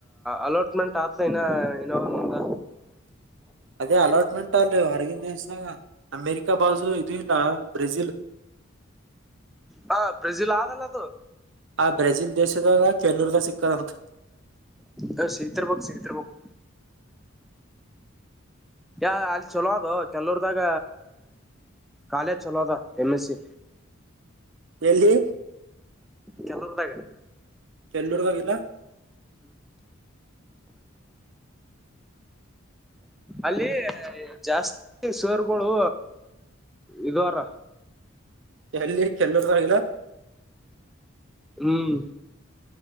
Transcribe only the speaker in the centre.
ಅಲೋಟ್ಮೆಂಟ್ <unintelligible> ಟ್ ಆತು ಇನ್ನ ಇನ ಒಂದ.
ಹ ಬ್ರೆಜಿಲ್ ಆಗಲ್ಲ ಅದು.
ಹ ಸಿಕ್ತಿರಬೇಕ್ ಸಿಗ್ತಿರ್ಬೇಕು. ಯ ಅಲ್ಲಿ ಚಲೋ ಅದು ಕೆಲವರದಾಗ. ಕಾಲೇಜ್ ಚಲೋ ಅದ ಎಂ ಎಸ್ ಸಿ.
ಕೆಲುವ್ರದಾಗ.
ಅಲ್ಲಿ ಜಾಸ್ತಿ ಸೇರ್ಗಳು ಇದು ಅರ.
ಹ್ಮ್